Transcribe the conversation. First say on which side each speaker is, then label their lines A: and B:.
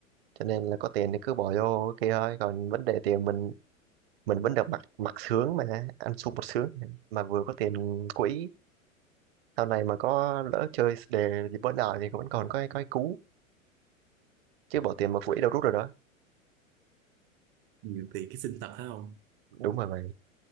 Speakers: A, on the right; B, on the right.
A: cho nên là có tiền thì cứ bỏ vô cái kia thôi còn vấn đề tiền mình mình vẫn được mặc mặc sướng mà ăn sung mặc sướng mà vừa có tiền quỹ sau này mà có lỡ chơi đề gì bữa nào thì vẫn còn có cái có cái cú chứ bỏ tiền vào quỹ đâu rút rồi đó
B: nhiều tiền cái sinh tật phải không
A: đúng rồi mày